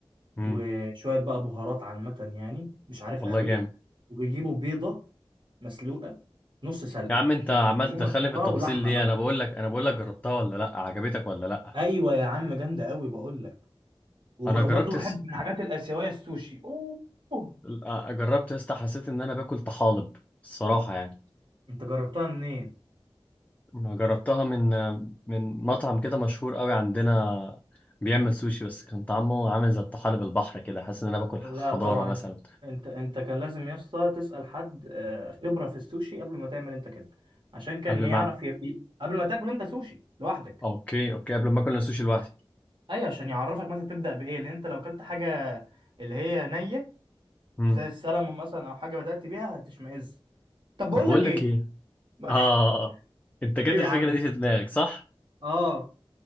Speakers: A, on the left (about 15°); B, on the right (about 55°).
A: امم
B: وشوية بقى بهارات عامة يعني مش عارفها
A: والله
B: قوي
A: جامد
B: وبيجيبوا بيضة مسلوقة نص سلقة
A: يا عم انت
B: وبيسلقوها
A: عمال تدخلني
B: يحطها
A: في التفاصيل
B: ولحمة
A: ليه
B: بقى
A: انا بقول لك انا بقول لك جربتها ولا لا عجبتك ولا لا
B: ايوه يا عم جامدة قوي بقول لك وب-
A: انا
B: وبرضه
A: جربت
B: بحب من الحاجات الآسيوية السوشي أوه أوه.
A: لا، جربت يا اسطى حسيت ان انا باكل طحالب الصراحه يعني
B: انت جربتها منين
A: ما جربتها من من مطعم كده مشهور قوي عندنا بيعمل سوشي بس كان طعمه عامل زي الطحالب البحر كده حاسس ان انا باكل خضاره
B: لا طبعا
A: مثلا
B: انت انت كان لازم يا اسطى تسأل حد آه، خبرة في السوشي قبل ما تعمل انت كده عشان كان
A: قبل
B: يعرف
A: ما اعمل
B: ي... ي- قبل ما تاكل انت سوشي لوحدك
A: اوكي اوكي قبل ما اكل السوشي لوحدي
B: ايوه عشان يعرفك مثلا تبدأ بايه لان انت لو كلت حاجة اللي هي نية
A: امم
B: زي السلمون مثلا او حاجة بدأت بيها هتشمئز طب
A: طب
B: بقول
A: بقول
B: لك
A: لك
B: ايه
A: ايه
B: <laughs>
A: اه انت جت
B: إيه يا
A: الفكره
B: عم
A: دي في دماغك صح
B: اه